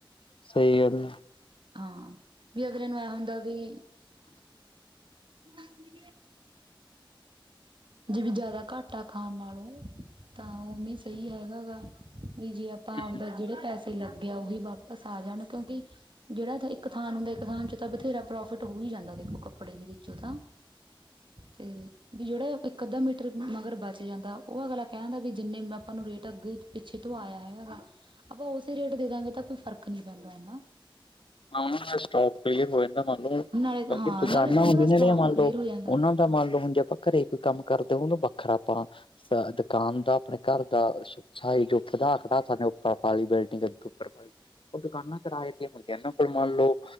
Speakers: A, on the left; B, on the right.
A: ਸਹੀ ਗੱਲ।
B: ਹਾਂ। ਵੀ ਅਗਲੇ ਨੂੰ ਇਹ ਹੁੰਦਾ ਵੀ। ਵੀ ਜੇ ਵੀ ਜ਼ਿਆਦਾ ਘੱਟ ਆ ਖਾਣ ਨਾਲੋਂ ਤਾਂ ਉਵੇਂ
A: ਕਹਿੰਦੇ
B: ਸਹੀ ਹੈਗਾ ਗਾ। ਵੀ ਜੇ ਆਪਾਂ
A: ਹੂੰ
B: ਆਪਦਾ ਜਿਹੜੇ ਪੈਸੇ ਲੱਗੇ ਆ। ਉਹੀ ਵਾਪਸ ਆ ਜਾਣ ਕਿਉਂਕਿ ਜਿਹੜਾ ਇੱਕ ਥਾਨ ਹੁੰਦਾ। ਇੱਕ ਥਾਨ ਚੋ ਤਾਂ ਬਥੇਰਾ ਪ੍ਰੋਫਿਟ ਹੋ ਹੀ ਜਾਂਦਾ। ਦੇਖੋ ਕੱਪੜੇ ਦੇ ਵਿੱਚੋਂ ਤਾਂ। ਤੇ ਵੀ ਜਿਹੜਾ ਇਕ ਅੱਧਾ ਮੀਟਰ ਮਗਰ ਬਚ ਜਾਂਦਾ। ਉਹ ਅਗਲਾ ਕਹਿ ਦਿੰਦਾ ਵੀ ਜਿੰਨੇ ਮੈਂ ਆਪਾਂ ਨੂੰ ਰੇਟ ਅੱਗੇ ਪਿੱਛੇ ਤੋਂ ਆਇਆ ਹੈਗਾ ਗਗਾ। ਆਪਾਂ ਉਸੇ ਰੇਟ ਦੇ ਦਾਂਗੇ। ਇਹ ਤਾਂ ਕੋਈ ਫ਼ਰਕ ਨੀ ਪੈਂਦਾ ਐਨਾ।
A: ਉਹ ਸਟੋਪ ਕਲੀਅਰ ਹੋ ਜਾਂਦਾ। ਮੰਨ ਲਓ ਕਿਉਂਕਿ
B: ਨਾਲੇ ਹਾਂ
A: ਦੁਕਾਨਾਂ
B: ਨਾਲੇ ਤਾਂ ਉਹਨਾਂ
A: ਹੁੰਦੀ
B: ਦਾ ਸਟੋਕ
A: ਨੇੜੀਆਂ ਮੰਨ
B: ਕਲੀਅਰ
A: ਲਓ।
B: ਹੋ ਜਾਂਦਾ
A: ਉਹਨਾਂ ਮੰਨ ਲਓ ਹੁਣ ਜੇ ਆਪਾਂ ਘਰੇ ਕੋਈ ਕੰਮ ਕਰਦੇ ਹਾਂ। ਉਹਨੂੰ ਵ ਬੱਖਰਾ ਆਪਾਂ ਦੁਕਾਨ ਦਾ ਆਪਣੇ ਘਰ ਦਾ ਸਾਈਜ਼ਪਧਾੜਾ ਸਾਨੇ ਉੱਪਰ ਪਾਲੀ ਬਿਲਡਿੰਗ ਉੱਪਰ ਪੀ ਉਹ ਦੁਕਾਨਾਂ ਕਿਰਾਏ ਤੇਂ ਹੁੰਦੇਆਂ ਨਾ। ਮੰਨ ਲਓ।